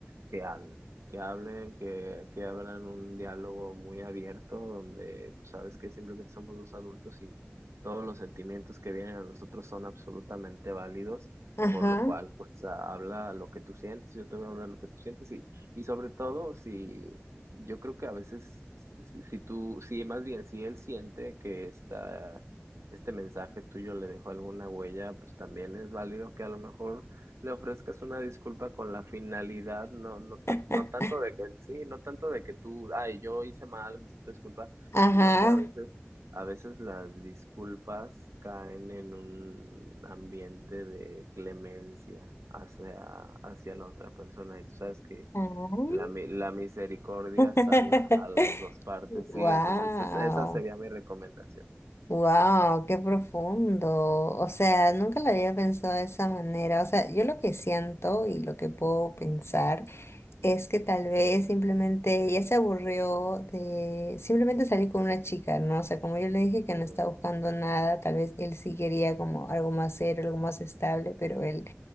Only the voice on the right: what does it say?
que hablen, que hablen, que, que abran un diálogo muy abierto donde, pues, sabes que simplemente somos dos adultos y todos los sentimientos que vienen a nosotros son absolutamente válidos,
por lo cual,
pues, a- habla lo que tú sientes, yo te voy a hablar lo que tú sientes y, y sobre todo, si yo creo que a veces, si, si si tú, si más bien, si él siente que está... Este mensaje tuyo le dejó alguna huella, pues también es válido que a lo mejor le ofrezcas una disculpa con la finalidad, no, no, tan-
no tanto de que, sí, no tanto de que tú, ay, yo hice mal, necesito disculpa,
sino que a veces, a veces las disculpas caen en un ambiente de clemencia hacia, hacia la otra persona, y tú sabes que
la, mi- la misericordia
sana a las dos partes,
sí, entonces es- esa sería mi recomendación.
Mm,